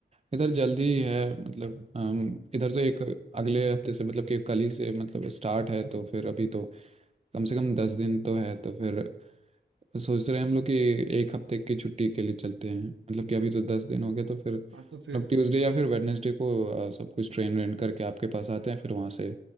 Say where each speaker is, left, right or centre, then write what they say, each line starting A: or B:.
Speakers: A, on the right (about 35°); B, on the right (about 80°).
A: इधर जल्दी है मतलब अम, इधर तो एक अगले हफ्ते से मतलब कि कल ही से मतलब स्टार्ट है तो फिर अभी तो कम से कम दस दिन तो है तो फिर सोच रहे हैं हम लोग कि एक हफ्ते की छुट्टी के लिए चलते हैं मतलब कि अभी तो दस दिन हो गया तो फिर
B: हाँ तो फिर
A: अब ट्यूसडे या फिर वेडनेसडे को आ, सब कुछ ट्रेन रेंट करके आपके पास आते हैं फिर वहाँ से